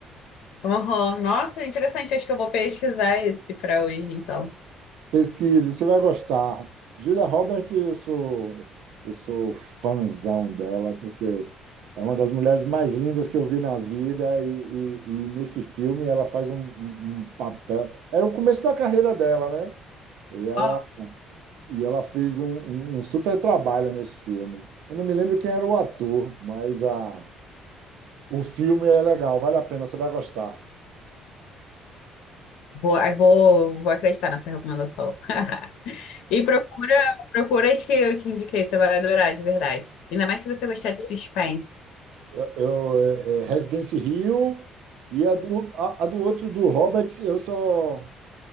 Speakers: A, on the left; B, on the right.
A: Uhum. Nossa, interessante. Acho que eu vou pesquisar esse para hoje, então.
B: Pesquise, você vai gostar. Julia Roberts, eu sou, eu sou fãzão dela, porque é uma das mulheres mais lindas que eu vi na vida, e, e- e nesse filme ela faz um, um- um papel. Era o começo da carreira dela, né E ela,
A: Ó.
B: e ela fez um, um- um super trabalho nesse filme. Eu não me lembro quem era o ator, mas a, o filme é legal, vale a pena, você vai gostar.
A: Vou, vou, vou acreditar nessa recomendação. <laughs> E procura, procura as que eu te indiquei, você vai adorar, de verdade. Ainda mais se você gostar de suspense.
B: Eu, eu- é é Residence Hill e a do, a, a do outro, do Hobbit, eu só.